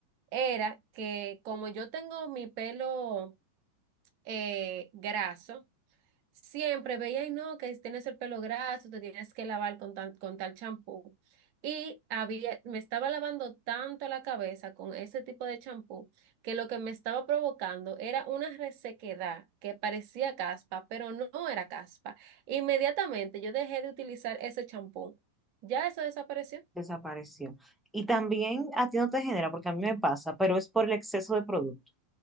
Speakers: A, on the right (about 45°); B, in the centre.
A: era que como yo tengo mi pelo eh, graso, Siempre veía, y no, que tienes el pelo graso, te tienes que lavar con, tan- con tal champú. Y había, me estaba lavando tanto la cabeza con ese tipo de champú que lo que me estaba provocando era una resequedad que parecía caspa, pero no era caspa. Inmediatamente yo dejé de utilizar ese champú. ¿Ya eso desapareció?
B: Desapareció. Y también a ti no te genera, porque a mí me pasa, pero es por el exceso de producto.